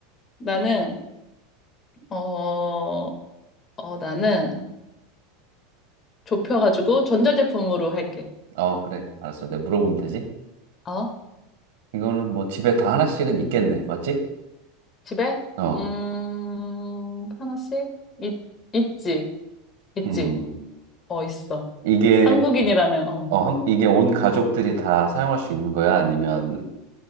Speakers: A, on the left; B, on the right.
A: 나는, 어, 어, 나는 좁혀가지고 전자제품으로 할게.
B: 어, 그래. 알았어. 내가 물어보면 되지?
A: 어?
B: 이거는 뭐 집에 다 하나씩은 있겠네. 맞지?
A: 집에?
B: 어,
A: 음, 하나씩? 있, 있지. 있지.
B: 음,
A: 어, 있어.
B: 이게,
A: 한국인이라면, 어.
B: 어, 한- 이게 온 가족들이 다 사용할 수 있는 거야? 아니면